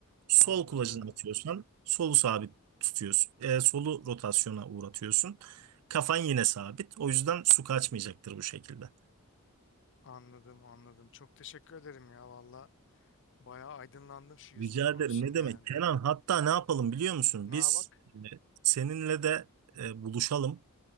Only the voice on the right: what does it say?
Sol
kulacını atıyorsan solu sabit tutuyorsun. E, solu rotasyona uğratıyorsun. Kafan yine sabit. O yüzden su kaçmayacaktır bu şekilde.
Rica
ederim. Ne demek?
Kenan hatta ne yapalım biliyor musun?
Biz
e, seninle de e, buluşalım.